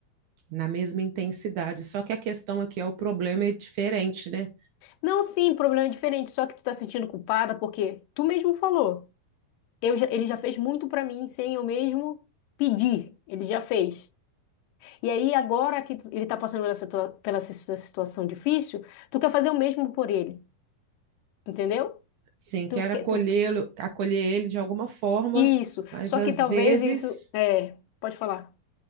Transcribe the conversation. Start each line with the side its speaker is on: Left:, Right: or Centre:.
Right: Na mesma intensidade. Só que a questão aqui é o problema é diferente, né?
Left: Não, sim, problema é diferente, só que tu tá se sentindo culpada porque tu mesmo falou. Eu já- ele já fez muito pra mim sem eu mesmo pedir. Ele já fez. E aí agora que tu- ele tá passando pela, situa- pela si- situação difícil, tu quer fazer o mesmo por ele, entendeu?
Right: Sim, quero
Left: Tu quer,
Right: acolhê-lo,
Left: tu
Right: acolher ele de alguma forma,
Left: isso.
Right: mas
Left: Só
Right: às
Left: que talvez
Right: vezes
Left: isso é, pode falar.